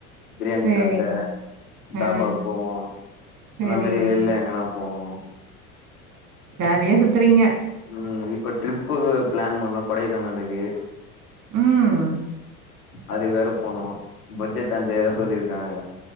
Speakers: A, on the left; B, on the right.
A: பிரியாணி
B: சேரிங்க
A: சாப்ட
B: ஆ
A: தாபாவுக் போவோ
B: சேரி
A: அந்த மாரி வெள்ள எங்கனா போவோ
B: ஜாலியா சுத்துறீங்க
A: ம் இப்ப ட்ரிப்பு பிளான் பண்ணோ கொடைக்கானலுக்கு
B: ம்
A: அது வேற போனு பட்ஜெட் அஞ்சாயிரோ சொல்லிருக்காங்க